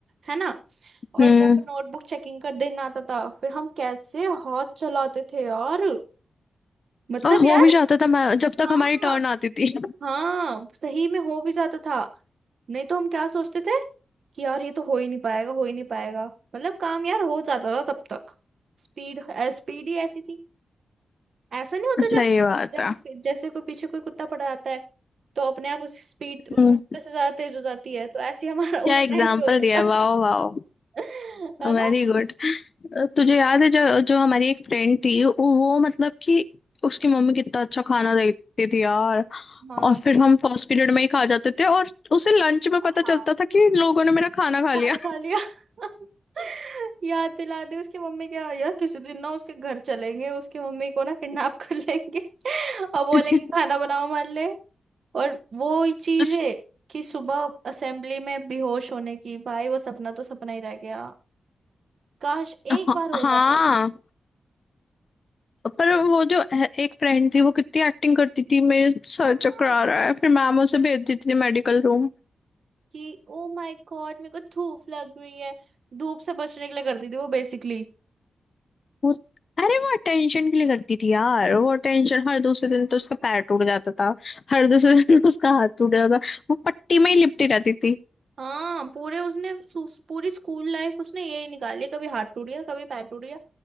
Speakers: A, on the right; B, on the left.
A: है ना और
B: हम्म
A: जब नोटबुक चेकिंग का दिन आता था फिर हम कैसे हाथ चलाते थे और मतलब
B: और हो
A: यार
B: भी जाता था मैं जब तक
A: हाँ
B: हमारी टर्न आती थी
A: हाँ सही में हो भी जाता था नहीं तो हम क्या सोचते थे कि यार ये तो हो ही नहीं पाएगा हो ही नहीं पाएगा मतलब काम यार हो जाता था तब तक स्पीड स्पीड ही ऐसी थी ऐसा नहीं होता
B: सही
A: जब
B: बात
A: जब
B: है
A: जैसे कोई पीछे कोई कुत्ता पड़ा आता है तो अपने आप उस स्पीड उस
B: हम्म
A: कुत्ते से ज्यादा तेज हो जाती है तो ऐसे ही हमारा <laughs>
B: क्या
A: उस
B: एग्जाम्पल
A: टाइम पे होता
B: दिया
A: था
B: वाओ वाओ
A: <laughs> है ना
B: Very good तुझे याद है जो जो हमारी एक फ्रेंड थी वो वो मतलब कि उसकी मम्मी कितना अच्छा खाना देती थी यार
A: हाँ
B: और फिर हम फर्स्ट पीरियड में ही खा जाते थे और उसे लंच में पता
A: हाँ
B: चलता था कि लोगों ने मेरा खाना खा लिया
A: खाना खा लिया <laughs> याद दिला दी उसकी मम्मी क्या यार किसी दिन ना उसके घर चलेंगे उसकी मम्मी को ना किडनैप कर लेंगे <laughs> और बोलेंगे
B: <laughs>
A: खाना बनाओ हमारे लिए और वो ही चीज
B: उस-
A: है कि सुबह असेंबली में बेहोश होने की भाई वो सपना तो सपना ही रह गया काश
B: हाँ
A: एक बार हो
B: हाँ,
A: जाते ना
B: पर वो जो ए- एक फ्रेंड थी वो कितनी एक्टिंग करती थी मेरे सर
A: हाँ
B: चकरा रहा है फिर मैम उसे भेज देती थी मेडिकल रूम
A: कि ओ माय गॉड मेरे को धूप लग रही है धूप से बचने के लिए करती थी वो बेसिकली
B: वो अरे वो अटेंशन के लिए करती थी यार वो अटेंशन हर दूसरे दिन तो उसका पैर टूट जाता था हर दूसरे दिन <laughs> उसका हाथ टूट जाता था वो पट्टी में ही लिपटी रहती थी
A: हाँ पूरे उसने सु- पूरी स्कूल लाइफ उसने यही निकाली कभी हाथ टूट गया कभी पैर टूट गया